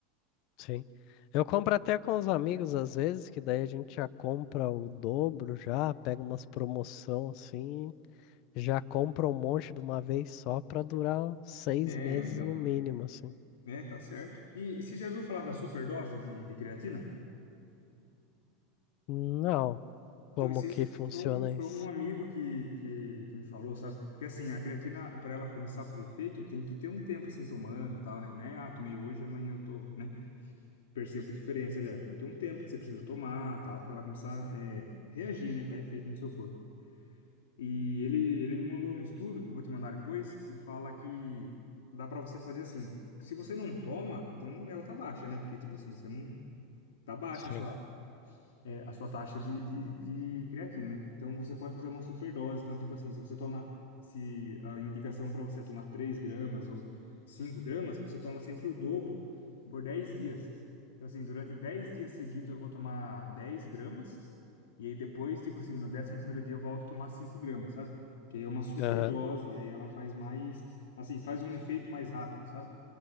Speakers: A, on the left; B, on the left.
A: Sim. Eu compro até com os amigos às vezes, que daí a gente já compra o dobro já, pega umas promoção assim, já compra um monte de uma vez só pra durar seis
B: É,
A: meses
B: então.
A: no mínimo, assim.
B: É, tá certo. E, e você já viu falar da superdose de, de creatina?
A: Não, como
B: Então, esse
A: que funciona
B: foi um, foi
A: isso?
B: um amigo que, que, que me falou, sabe? Porque assim, a creatina, pra ela começar a fazer efeito, tem que ter um tempo assim tomando e tal, né? Não é, ah, tomei hoje, amanhã eu tô, né? percebo diferença já. Então tem um tempo que você precisa tomar, tal, para ela começar é, reagir, né, dar efeito no seu corpo. E ele ele me mandou um estudo que eu vou te mandar depois, que fala que dá para você fazer assim. Se você não toma, então ela tá baixa, né? Porque tipo assim, você não tá baixa
A: Sim.
B: a sua é, a sua taxa de, de, de creatina, né? Então você pode fazer uma superdose. Então, tipo assim, se você toma, se a indicação para você é tomar 3 gramas ou 5 gramas, você toma sempre o dobro por 10 dias. Então, assim, durante 10 dias seguidos eu vou tomar 10 gramas. E aí depois, tipo assim, no décimo primeiro dia eu volto a tomar 5 gramas, sabe? Que aí é uma superdose,
A: Aham.
B: e aí ela faz mais, assim, faz um efeito mais rápido, sabe?